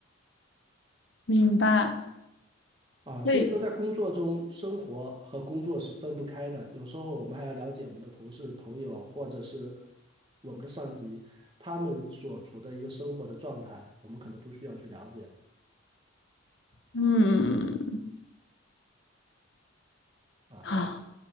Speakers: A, on the left; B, on the right.
A: 明白。
B: 啊。
A: 所以，
B: 所以说，在工作中，生活和工作是分不开的。有时候我们还要了解我们的同事、朋友，或者是我们的上级，他们所处的一个生活的状态，我们可能都需要去了解
A: 嗯，
B: 啊。
A: 啊，